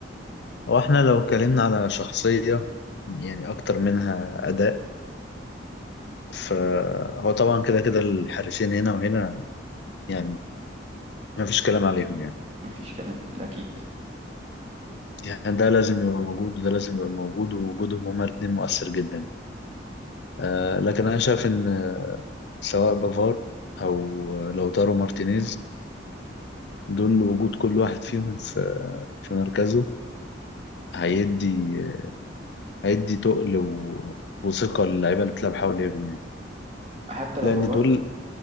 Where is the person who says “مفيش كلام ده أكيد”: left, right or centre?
Right